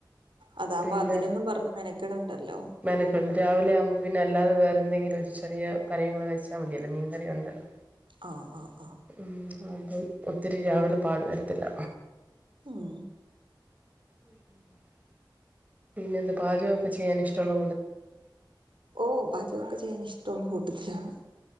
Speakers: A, on the right (about 75°); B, on the right (about 20°).
A: അതാകുമ്പോ
B: പിന്നെ
A: അതിനൊന്നും പറഞ്ഞ് മെനക്കെടണ്ടല്ലോ
B: മനക്ക രാവിലെ ആ പിന്നെ അല്ലാതെ വേറെ എന്തെങ്കിലും ഒരു ചെറിയ കറി ക്കൂടി വെച്ചാൽ മതിയല്ലോ മീൻ കറിണ്ടല്ലോ
A: ആഹ് ആഹ് ആഹ്
B: ഉ അത ഒത്തിരി രാവിലെ പാട് വരത്തില്ല
A: ഉം
B: ഉം ഉ പിന്നെ എന്ത് പാചകൊക്കെ ചെയ്യാൻ ഇഷ്ടള്ള
A: ഓ പാചകം ഒക്കെ ചെയ്യാൻ ഇഷ് <inaudible> കൂട്ടത്തിലാണ്